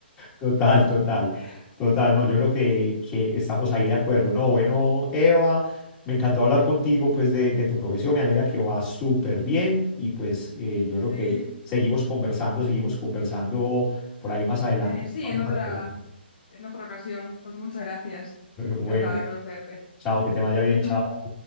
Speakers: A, on the left (about 25°); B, on the left (about 55°).
A: Total, total, total. No, yo creo que, que estamos ahí de acuerdo. No, bueno, Eva, me encantó hablar contigo, pues, de, de tu profesión. Me alegra que va súper bien y pues eh, yo creo
B: Sí,
A: que seguimos conversando, seguimos conversando por ahí más adelante.
B: eh, sí,
A: <laughs>
B: en otra, en otra ocasión. Pues muchas gracias. Encantada
A: Bueno,
B: de conocerte.
A: chao, que te vaya bien,
B: <laughs>
A: chao.